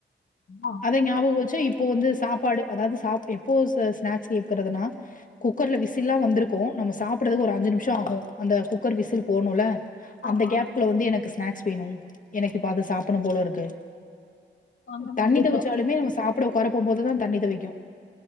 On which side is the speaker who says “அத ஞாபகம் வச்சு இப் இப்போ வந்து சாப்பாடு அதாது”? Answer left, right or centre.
Left